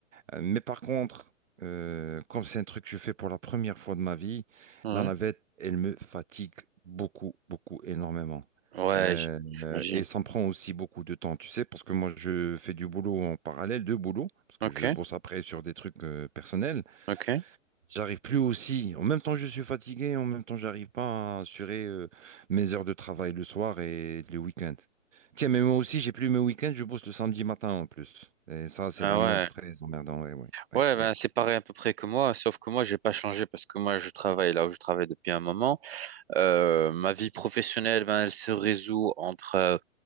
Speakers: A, on the right; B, on the right.
A: Euh, mais par contre, euh, comme c'est un truc que je fais pour la première fois de ma vie,
B: Ouais.
A: la navette, elle me fatigue beaucoup, beaucoup, énormément.
B: Ouais,
A: Euh,
B: j-
A: euh,
B: j'imagine.
A: et ça me prend aussi beaucoup de temps, tu sais, parce que moi je fais du boulot en parallèle, deux boulots, parce que
B: Ok,
A: je bosse après sur des trucs euh, personnels.
B: ok.
A: J'arrive plus aussi. En même temps, je suis fatigué. En même temps, j'arrive pas à assurer euh, mes heures de travail le soir et le week-end. Tiens, mais moi aussi, j'ai plus mes week-ends. Je bosse le samedi matin en plus. Et ça, c'est
B: Ah
A: vraiment
B: ouais.
A: très emmerdant. Ouais, ouais, ouais,
B: Ouais,
A: ouais.
B: ben c'est pareil à peu près que moi, sauf que moi, j'ai pas changé parce que moi, je travaille là où je travaille depuis un moment. Euh, ma vie professionnelle, ben, elle se résout entre euh,